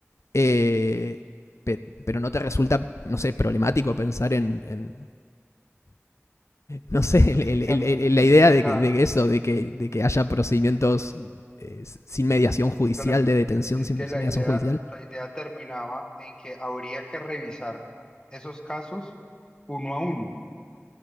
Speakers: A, on the left (about 75°); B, on the left (about 15°).
A: Eh, pe- pero no te resulta, no sé, problemático pensar en, en- no sé,
B: pero
A: el-
B: que claro,
A: el- el- la idea
B: es que
A: de
B: la,
A: que, de que eso, de que, de que haya procedimientos eh, sin mediación judicial,
B: claro,
A: de detención
B: es
A: sin,
B: que
A: sin
B: la
A: mediación
B: idea,
A: judicial.
B: la idea terminaba en que habría que revisar esos casos uno a uno